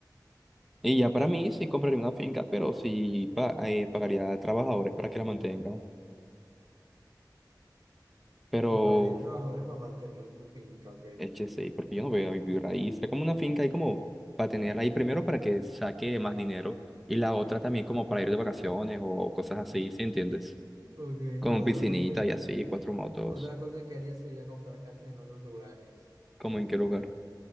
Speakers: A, in the centre; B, on the right.
A: y ya para mí sí compraría una finca, pero sí pa- eh, pagaría a trabajadores para que la mantengan. Pero
B: Y pagarías trabajadores para mantener tu finca, ok.
A: HCI, porque yo no voy a vivir ahí. Sería como una finca ahí como para tener ahí primero para que saque más dinero y la otra también como para ir de vacaciones o cosas así, ¿sí entiendes?
B: Ok,
A: Con
B: y otra
A: piscinita
B: cosa,
A: y así, cuatro motos,
B: otra cosa que haría sería comprar casas en otros lugares.
A: como en qué lugar.